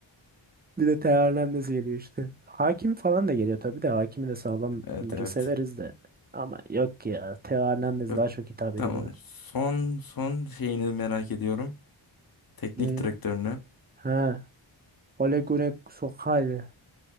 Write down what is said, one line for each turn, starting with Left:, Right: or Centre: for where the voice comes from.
Right: Bir de Teo Hernandez geliyor işte. Hakim falan da geliyor tabii de hakimi de sağlamları
Left: Evet evet.
Right: severiz de. Ama yok ya Teo Hernandez
Left: Ö-
Right: daha çok hitap ediyor
Left: Tamam.
Right: bana.
Left: Son son şeyini merak ediyorum. Teknik
Right: Değil
Left: direktörünü
Right: mi? Ha. Ole Gunnar Solskjaer.